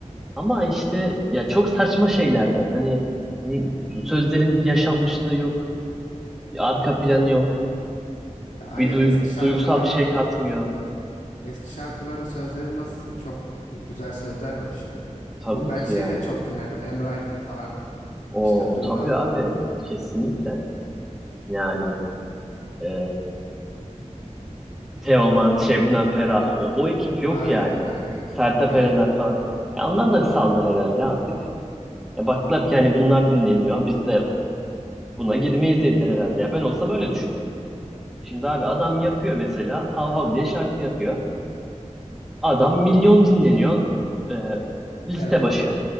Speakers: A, in the centre; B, on the left (about 80°).
A: Ama işte ya çok saçma şeylerden hani m- sözlerin bir yaşanmışlığı yok, bir arka planı yok,
B: Ya aynen
A: bir duy-
B: eski şarkılarda
A: duygusal bir şey katmıyor.
B: eski şarkıların sözleri nasıl çok güzel sözler var işte.
A: Tabii
B: Bu ben
A: ki
B: şey
A: ya.
B: de çok dinlerdim. Emre Aydın falan.
A: O
B: İşte Duman.
A: tabii abi kesinlikle. Yani e, Teoman, Şebnem Ferah o, o ekip yok
B: Aynen
A: yani.
B: aynen.
A: Sertab
B: Aynen.
A: Erener falan. Ya onlar da saldı herhalde artık. Ya baktılar ki hani bunlar dinleniyor. Biz de Buna girmeyiz dediler herhalde ya. Ben olsam öyle düşünürüm. Şimdi abi adam yapıyor mesela. Hav hav diye şarkı yapıyor. Adam milyon dinleniyor. e, liste
B: Evet.
A: başı.